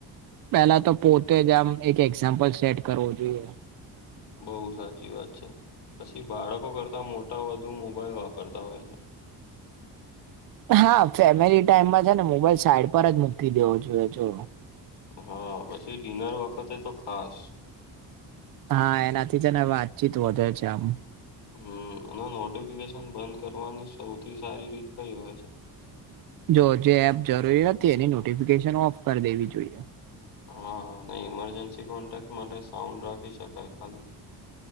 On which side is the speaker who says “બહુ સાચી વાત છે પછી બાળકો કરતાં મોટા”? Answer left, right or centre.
Left